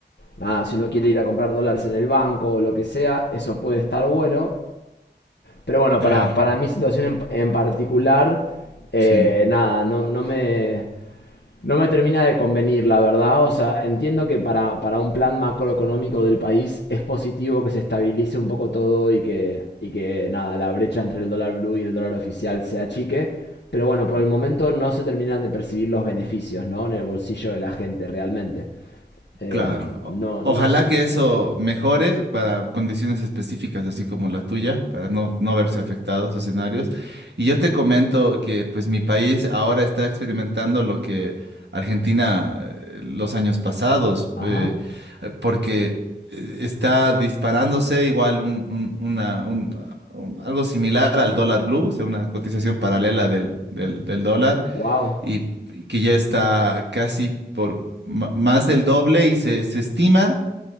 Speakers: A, on the left; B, on the right.
A: nada, si uno quiere ir a comprar dólares en el banco o lo que sea, eso puede estar bueno. Pero bueno, para,
B: Claro.
A: para mi situación en, en particular, eh,
B: Sí.
A: nada, no, no me, no me termina de convenir, la verdad. O sea, entiendo que para, para un plan macroeconómico del país es positivo que se estabilice un poco todo y que, y que nada, la brecha entre el dólar blue y el dólar oficial se achique. Pero bueno, por el momento no se terminan de percibir los beneficios, ¿no? En el bolsillo de la gente realmente. Eh,
B: Claro.
A: no,
B: O- ojalá
A: no sé.
B: que eso mejore para condiciones específicas, así como la tuya, para no, no verse afectados escenarios. Y yo te comento que pues mi país ahora está experimentando lo que Argentina eh, los años pasados,
A: Ajá.
B: eh, eh, porque eh, está disparándose igual un, un- una, un- un- algo similar al dólar blue, o sea, una cotización paralela del, del del dólar
A: Wow.
B: y, y que ya está casi por ma- más del doble y se, se estima